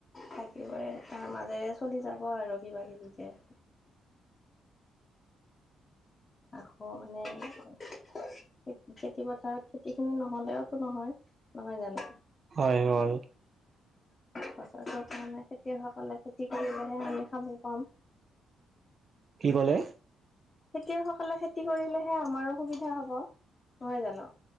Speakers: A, on the left; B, on the right.
A: থাকিবৈয়ে তাৰ মাজেৰে চলি যাব আৰু কিবা কিবিকে। আকৌ মানে খে খেতি পথাৰত খেতিখিনি নহ'লেও টো নহয়। নহয় জানো?
B: হয় হয়।
A: বছৰটোৰ কাৰণে খেতিয়কসকলে খেতি কৰিলেহে আমি খাব পাম।
B: কি ক'লে?
A: খেতিয়ক সকলে খেতি কৰিলেহে আমাৰো সুবিধা হ'ব। নহয় জানো?